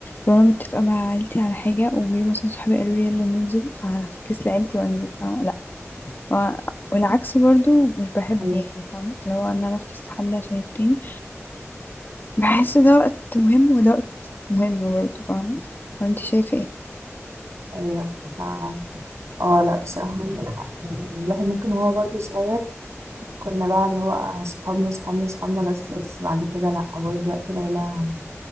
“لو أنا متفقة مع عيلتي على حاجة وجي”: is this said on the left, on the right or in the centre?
Left